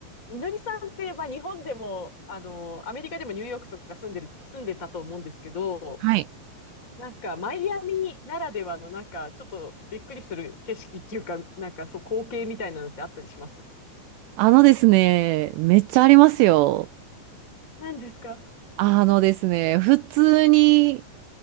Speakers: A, on the left; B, on the right.
A: みのりさんって、まあ、日本でも、あの、アメリカでもニューヨークとか住んでる、住んでたと思うんですけど、
B: はい。
A: なんか、マイアミならではの、なんか、ちょっとびっくりする景色っていうか、なんか、そう、光景みたいなのってあったりします
B: あのですね、めっちゃありますよ。
A: 何ですか
B: あのですね、普通に、